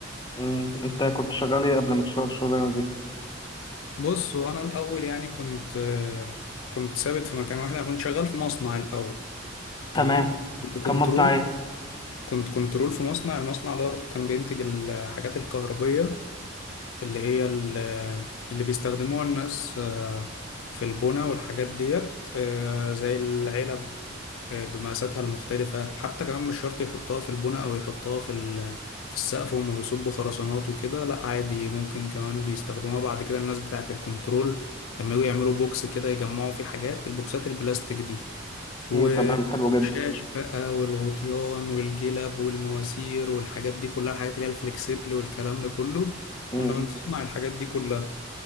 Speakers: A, on the left; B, on the left.
A: امم انت كنت شغال ايه قبل ما تشتغل الشغلانة دي؟
B: بص وانا الاول يعني كنت كنت ثابت في مكان واحد انا كنت شغال في مصنع الاول
A: تمام
B: تمام كنت كنترول
A: كان مصنع ايه
B: كنت كنترول في مصنع المصنع ده كان بينتج الحاجات الكهربية اللي هي ال- اللي بيستخدموها الناس آه، في البنا والحاجات ديت آه، زي العلب آه، بمقاساتها المختلفة حتى كمان مش شرط يحطها في البناء أو يحطها في ال- في السقف وهم بيصبوا خرسانات وكده لأ عادي ممكن كمان بيستخدموها بعد كده الناس بتاعة الكنترول لما يجوا يعملوا بوكس كده يجمعوا فيه حاجات البوكسات البلاستيك دي والشاش
A: امم تمام حلو جدا
B: بقى والغطيان والجلب والمواسير والحاجات دي كلها الحاجات اللي هي الفلكسبل والكلام ده كله
A: امم
B: كنا بنصنع الحاجات دي كلها